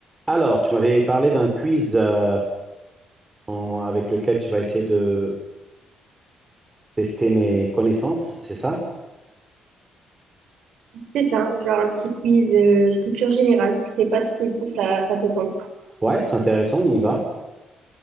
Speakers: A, on the right (about 20°); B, on the right (about 75°).
A: Alors, tu m'avais parlé d'un quiz euh, en- avec lequel tu vas essayer de tester mes connaissances, c'est ça?
B: C'est ça, genre un petit quiz euh, culture générale. Je sais pas si toi, ça, ça te tente.
A: Ouais, c'est intéressant, on y va.